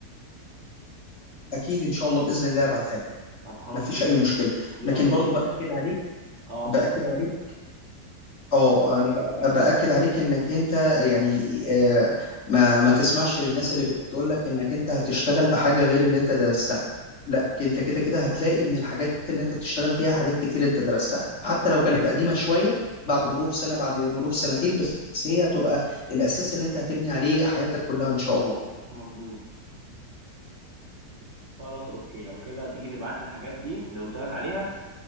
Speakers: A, on the left (about 45°); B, on the right (about 50°).
A: اكيد ان شاء الله باذن الله ابعتها لك
B: طب خلاص
A: مفيش
B: يلا
A: اي مشكله
B: يلا
A: لكن برضو
B: بينا
A: باكد عليك
B: اه
A: باكد عليك اه انا بأ- باكد عليك انك انت يعني آه، ما ما تسمعش للناس اللي بتقول لك انك انت هتشتغل بحاجه غير اللي انت درستها لا انت كده كده هتلاقي من الحاجات اللي انت بتشتغل فيها حاجات كتير انت درستها حتى لو كانت قديمه شويه بعد مرور سنه بعد مرور سنتين بس هي هتبقى الاساس اللي انت هتبني عليه حياتك كلها ان شاء الله
B: مظبوط خلاص اوكي لو كده تيجي تبعت لي الحاجات دي اللي قلت لك عليها